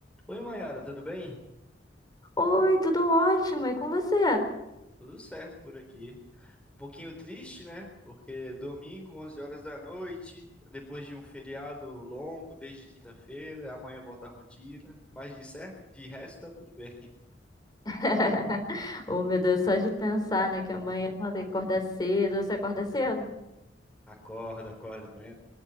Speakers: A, in the centre; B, on the left.
A: Oi, Mayara, tudo bem?
B: Oi, tudo ótimo, e com você?
A: Tudo certo por aqui. Um pouquinho triste, né? Porque domingo, 11 horas da noite, depois de um feriado longo, desde quinta-feira, amanhã volta a rotina. Mas de certo, de resto, tá tudo bem. <laughs>
B: <laughs> Oh, meu Deus, só de pensar, né, que amanhã eu vou ter que acordar cedo. Você acorda cedo?
A: Acorda, acorda, amanhã,